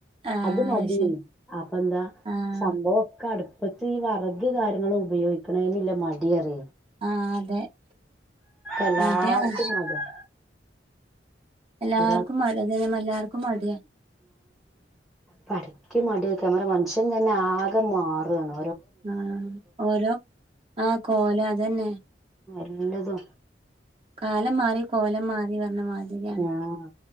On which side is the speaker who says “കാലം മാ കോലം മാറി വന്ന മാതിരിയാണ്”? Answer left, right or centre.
Right